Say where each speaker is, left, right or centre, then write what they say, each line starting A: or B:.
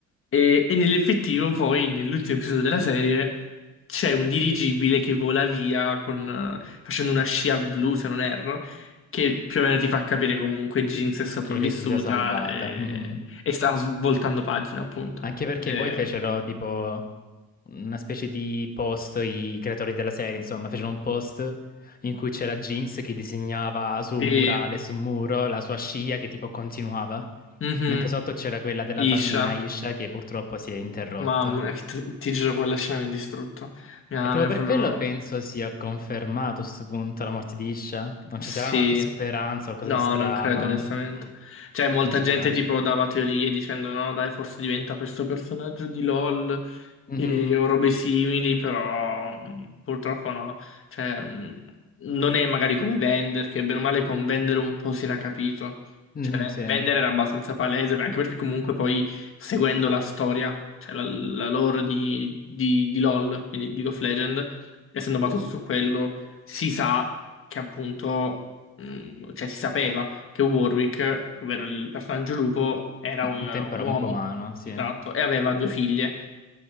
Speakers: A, on the left; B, on the left.
A: E, e nell'effettivo, poi, nell'ultimo episodio della serie c'è un dirigibile che vola via con, eh, facendo una scia blu, se non erro, che più o meno ti fa capire comunque Jinx è sopravvissuta
B: Che lei si sia salvata.
A: e,
B: Mhm.
A: e sta svoltando pagina, appunto.
B: Anche perché
A: Eh,
B: poi fecero tipo una specie di post, i creatori della serie, insomma, fecero un post in cui c'era Jinx che disegnava su
A: sì,
B: un murale, su un muro, la sua scia che tipo continuava,
A: mhm,
B: mentre sotto c'era quella della
A: Isha,
B: bambina Isha che purtroppo si è interrotta.
A: mamma, mia, che ti, ti giuro, quella scena mi ha distrutto. Mi ha,
B: E proprio
A: mi ha proprio...
B: per quello penso sia confermato a sto punto la morte di Isha. Non
A: Sì.
B: ci sarà qualche speranza, qualcosa
A: No,
B: di strano.
A: non credo onestamente.
B: Mm. Mi
A: Cioè, molta
B: dispiace.
A: gente tipo dava teorie dicendo no, dai, forse diventa questo personaggio di LOL
B: Mhm,
A: e o robe simili, però mh, purtroppo no. Cioè, mh, non è magari come Vender, che bene o male con Vender un po' si era capito.
B: mhm,
A: Cioè, Ven-
B: sì. eh.
A: Vender era abbastanza palese, anche perché comunque poi seguendo la storia, cioè la, la lore di, di, di LOL, quindi di League of Legends, essendo basato su quello, si sa che appunto mh, cioè si sapeva che Warwick, ovvero il personaggio lupo, era un,
B: Un
A: un
B: tempo era
A: uomo,
B: comunque umano, sì.
A: esatto, e aveva due figlie,